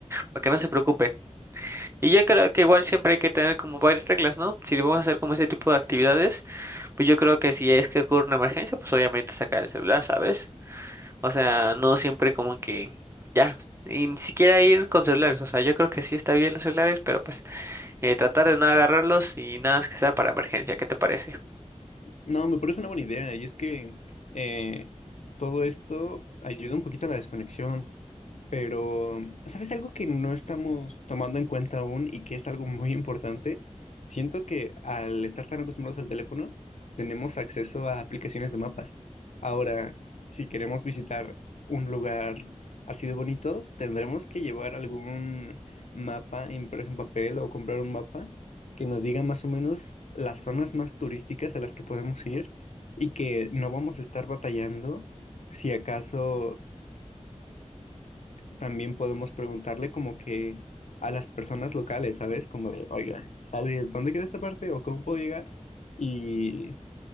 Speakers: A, on the right; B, on the left.
A: para que no se preocupen. Y yo creo que igual siempre hay que tener como varias reglas, ¿no? Si vamos a hacer como ese tipo de actividades, pues yo creo que si es que ocurre una emergencia, pues obviamente sacar el celular, ¿sabes? O sea, no siempre como que ya, y ni siquiera ir con celulares, o sea, yo creo que sí está bien los celulares, pero pues eh, tratar de no agarrarlos y nada más que sea para emergencia, ¿qué te parece?
B: No, me parece una buena idea. Y es que eh, todo esto ayuda un poquito a la desconexión. Pero, ¿sabes algo que no estamos tomando en cuenta aún y que es algo muy importante? Siento que al estar tan acostumbrados al teléfono, tenemos acceso a aplicaciones de mapas. Ahora, si queremos visitar un lugar así de bonito, tendremos que llevar algún mapa impreso en papel o comprar un mapa que nos diga más o menos las zonas más turísticas a las que podemos ir y que no vamos a estar batallando si acaso también podemos preguntarle como que a las personas locales, ¿sabes? Como de, oiga, ¿sabe dónde queda esta parte o cómo puedo llegar? Y